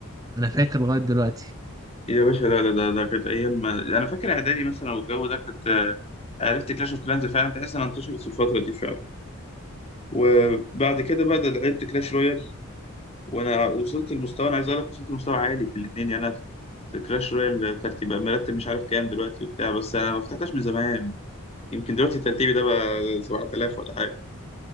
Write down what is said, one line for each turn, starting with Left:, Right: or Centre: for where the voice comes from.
Right: أنا فاكر لغاية دلوقتي
Left: يا باشا لا لا لا ده كانت ايام ما... انا فاكر اعدادي مثلا والجو ده كنت آه، عرفت كلاش اوف كلانز فعلا تحس انها انتشرت في الفترة دي فعلا وبعد كده بقى ده لعبت كلاش رويال وانا وصلت لمستوى انا عايز اقول لك وصلت لمستوى عالي في الاثنين يعني انا في في كلاش رويال ترتيب مرتب مش عارف كام دلوقتي وبتاع بس انا ما فتحتهاش من زمان يمكن دلوقتي ترتيبي ده بقى 7000 ولا حاجة